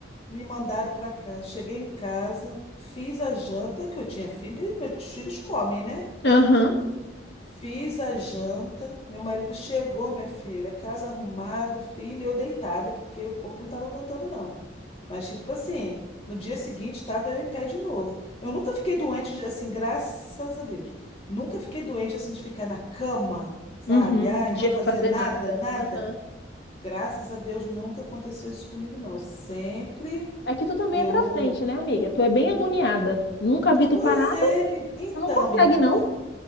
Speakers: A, on the left (about 30°); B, on the left (about 60°).
A: me mandaram para casa. Cheguei em casa, fiz a janta que eu tinha filho, e meus filhos comem, né?
B: Aham.
A: Fiz a janta, meu marido chegou, minha filha, casa arrumada, filha, eu deitada, porque o corpo não estava aguentando, não. Mas, tipo assim, no dia seguinte estava eu em pé de novo. Eu nunca fiquei doente, de- assim, graças a Deus. Nunca fiquei doente, assim, de ficar na cama, sabe?
B: Uhum.
A: Ai,
B: De
A: não
B: não
A: fazer
B: fazer
A: nada,
B: nada.
A: nada.
B: Aham.
A: Graças a Deus nunca aconteceu isso comigo, não. Sempre
B: É que tu também
A: eu.
B: é pra frente, né, amiga? Tu é bem agoniada. Nunca vi tu
A: Pois
B: parada.
A: é, men- então,
B: Tu não consegue,
A: menina.
B: não.